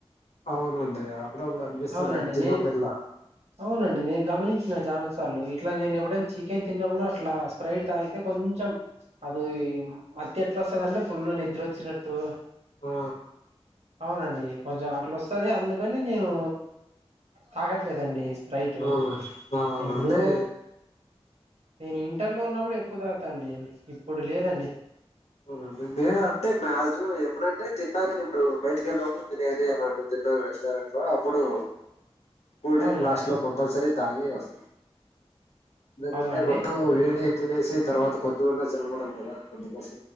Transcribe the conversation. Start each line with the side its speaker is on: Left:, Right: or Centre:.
Left: అవునండి అప్పుడ అప్పుడు అనిపిస్తుంటుంది
Right: అవునండి
Left: తిన్నప్పుడు
Right: నే
Left: అల్లా
Right: అవునండి నేను గమనించిన చాలాసార్లు ఇట్లా నేను ఎప్పుడన్నా చికెన్ తిన్నప్పుడు అట్లా స్ప్రైట్ తాగితే కొంచెం అది మత్తు ఎట్లా వస్తదంటే ఫుల్ నిద్రొచ్చినట్టు
Left: ఆ
Right: అవునండి కొంచెం అట్లు వస్తుంది అందుకని నేను తాగట్లేదండి. స్ప్రైట్
Left: ఊ ఊ ఆండి
Right: ఎప్పుడో నేను ఇంటర్ లో ఉన్నప్పుడు ఎక్కువ తాగు అండి ఇప్పుడు లేదండి.
Left: ఊ లేదంటే మాక్సిమం ఎప్పుడంటే తినడానికి ఇప్పుడు ఇడు బయటికి వెళ్ళతె బిర్యానీ అలాంటి తిన్న రెస్టారెంట్ లో అప్పుడు కూల్ డ్రింక్
Right: అవునులేండి
Left: లాస్ట్ లో కంపల్సరీ తాగే వస్తా ఎందుకంటే
Right: అవునా అండి
Left: మొత్తము వీడి తినేసి తర్వాత కొంచెం అన్న చల్లబడాలి కదా అందుకోసం.